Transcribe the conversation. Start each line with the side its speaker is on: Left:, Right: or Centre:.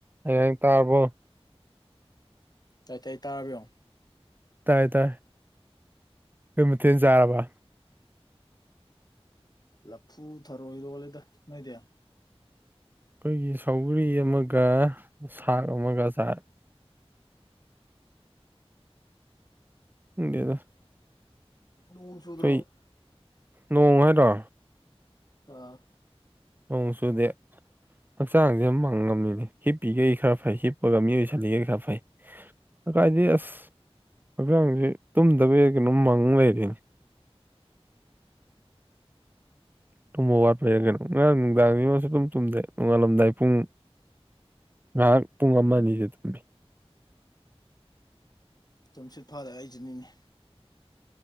Right: ꯑꯩ ꯉꯥꯡꯉꯤ ꯇꯥꯕꯔꯣ
Left: ꯇꯥꯏ ꯇꯥꯏ ꯇꯥꯔꯕ ꯌꯦꯡꯉꯣ
Right: ꯇꯥꯏ ꯇꯥꯏ ꯀꯩ ꯃꯊꯦꯟ ꯆꯥꯔꯕ
Left: ꯂꯐꯨ ꯊꯔꯣꯏꯔꯣꯂꯦꯗ ꯅꯣꯏꯗꯦ
Right: ꯑꯩꯈꯣꯏꯒꯤ ꯁꯧꯒꯔꯤ ꯑꯃꯒ ꯁꯥꯛ ꯑꯃꯒ ꯆ ꯈꯪꯗꯦꯗ
Left: ꯅꯣꯡꯅ ꯁꯨꯗ꯭ꯔꯣ
Right: ꯑꯩꯈꯣꯏ ꯅꯣꯡ ꯍꯥꯏꯔꯣ
Left: ꯑꯣ
Right: ꯅꯣꯡ ꯁꯨꯗꯦ ꯍꯛꯆꯥꯡꯁꯦ ꯌꯥꯝ ꯃꯪꯉꯝꯃꯤꯅ ꯍꯤꯞꯄꯤꯈꯩ ꯈꯔ ꯐꯩ ꯍꯤꯞꯄꯒ ꯃꯤꯏꯁꯂꯤꯈꯩ ꯈꯔ ꯐꯩ꯫ ꯀꯥꯏꯗꯤ ꯑꯁ ꯍꯛꯆꯥꯡꯁꯦ ꯇꯨꯝꯗꯕ ꯀꯩꯅꯣꯝ ꯃꯪ ꯂꯩꯔꯤꯅꯤ ꯇꯨꯝꯕ ꯋꯥꯠꯄꯩꯔ ꯀꯩꯅꯣ ꯉꯔꯥꯡ ꯅꯨꯡꯗꯥꯡ ꯉꯣꯟꯁꯨ ꯑꯗꯨꯝ ꯇꯨꯝꯗ꯭ꯔꯦ ꯅꯣꯡꯉꯥꯜꯂꯝꯗꯥꯏ ꯄꯨꯡ ꯉꯥꯏꯍꯥꯛ ꯄꯨꯡ ꯑꯃ ꯑꯅꯤꯁ ꯇꯨꯝꯃꯦ
Left: ꯇꯨꯝꯁꯤꯠ ꯐꯥꯔ ꯑꯩꯁꯤꯅꯤꯅꯦ